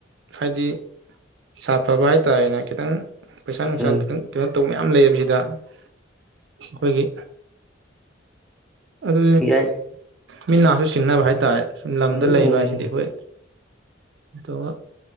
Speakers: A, on the right; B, in the centre.
A: ꯍꯥꯏꯗꯤ ꯁꯥꯐ ꯐꯕ ꯍꯥꯏꯇꯥꯔꯦꯅꯦ ꯈꯤꯇꯪ ꯄꯩꯁꯥ ꯅꯨꯡꯁꯥ
B: ꯎꯝ
A: ꯈꯤꯇꯪ ꯀꯩꯅꯩꯅꯣ ꯇꯧꯕ ꯃꯌꯥꯝ ꯂꯩꯑꯕꯁꯤꯗ ꯑꯩꯈꯣꯏꯒꯤ ꯑꯗꯨ
B: ꯌꯥꯏ
A: ꯃꯤꯠ ꯅꯥꯁꯨ ꯁꯤꯡꯅꯕ ꯍꯥꯏꯇꯥꯔꯦ ꯁꯨꯝ ꯂꯝꯗ
B: ꯎꯝ
A: ꯂꯩꯕ ꯍꯥꯏꯁꯤꯗꯤ ꯑꯩꯈꯣꯏ ꯇꯣ